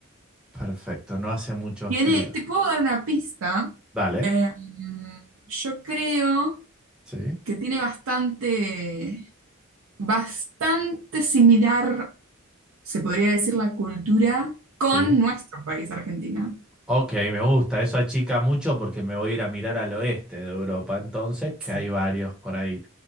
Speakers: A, in the centre; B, on the right.
A: Perfecto, no hace mucho
B: Tiene,
A: frío.
B: te puedo dar una pista.
A: Dale.
B: Eh, yo creo.
A: Sí,
B: que tiene bastante, bastante similar, se podría decir, la cultura con
A: sí.
B: nuestro país, Argentina.
A: Ok, me gusta. Eso achica mucho porque me voy a ir a mirar al oeste de Europa, entonces, que
B: Sí.
A: hay varios por ahí.